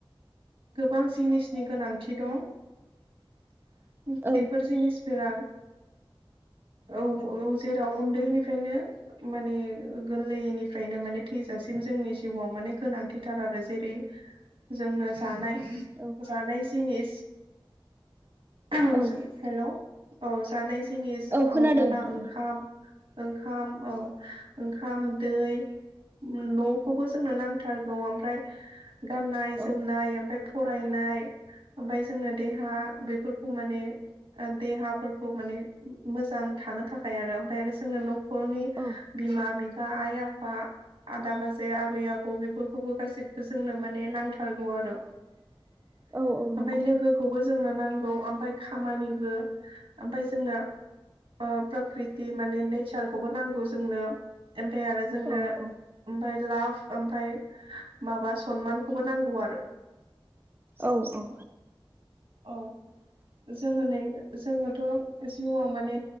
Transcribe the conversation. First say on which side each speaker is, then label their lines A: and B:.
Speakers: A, on the right; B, on the right.
A: गोबां जिनिसनि गोनांथि दं
B: औ
A: बेफोर जिनिसफोरा औ औ जेराव उन्दैनिफ्रायनो माने गोरलैनिफ्रायनो माने थैजासिम जोंनि जिउआव माने गोनांथिथार आरो जेरै जोंनो जानाय
B: औ
A: जानाय जिनिस <unintelligible>
B: औ
A: हेलौ औ जानाय जिनिस
B: औ
A: हमना
B: खोनादों नोंथां
A: ला ओंखाम ओंखाम औ ओंखाम दै न'खौबो जोंनो नांथारगौ ओमफ्राय गाननाय
B: औ
A: जोम
B: औ
A: नाय ओमफ्राय फरायनाय ओमफ्राय जोंनो देहा बेफोरखौ माने ओ देहाफोरखौ माने मोजां थानो थाखाय आरो ओमफ्राय आरो जोंनो न खरनि
B: औ
A: बिमा बिफा आइ आफा आदा बाजै आबै आबौ बेफोरखौबो गासैखौबो जोंनो माने नांथारगौ आरो ओमफाय
B: औ औ नंगौ
A: लोगो खौबो जोंनो नांगौ ओमफाय खामानिबो ओमफाय जोंनो ओ प्रकृति माने नेचारखौबो नांगौ जोंनो ओमफाय आरो जोंनो
B: औ औ
A: ओमफाय लाभ ओमफाय माबा सनमानखौबो नांगौ आरो
B: औ औ
A: औ जोङो नै जोङोथ' जिउआव माने